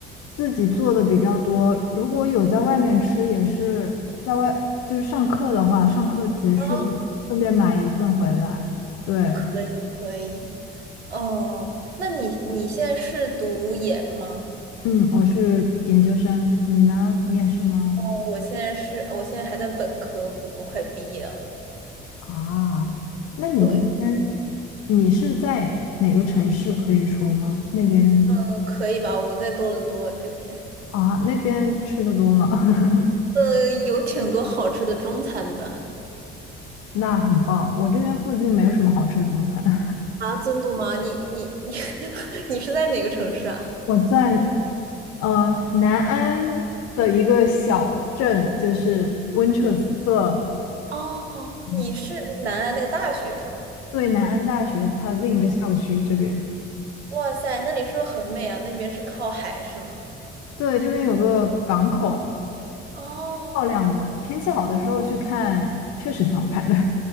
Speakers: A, on the left; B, on the right.
A: 自己做的比较多，如果有在外面吃，也是在外，就是上课的话，上课结束
B: 哦，
A: 顺便买一份回来。对，
B: 可以可以，哦，那你你现在是读研吗？
A: 嗯，我是研究生，你呢？你也是吗？
B: 哦，我现在是，我现在还在本科，不过快毕业了。
A: 啊，那你们那边，
B: 对，
A: 你是在哪个城市可以说吗？那边？
B: 呃可以吧？我在多伦多这边，
A: 啊，那边吃的多吗？<laughs>
B: 呃，有挺多好吃的中餐的
A: 那很棒，我这边附近没有什么好吃的中餐。<laughs>
B: 啊，真的吗？你你你 <laughs> 你是在哪个城市啊？
A: 我在呃南安的一个小镇，就是温彻斯特，
B: 哦，
A: 嗯
B: 你是南安那个大学是吗？
A: 对，南安大学它另一个校区这边。
B: 哇塞，那里是不是很美啊？那边是靠海是吗？
A: 对，这边有个港口，
B: 哦，
A: 漂亮的，天气好的时候去看，确实挺好看的。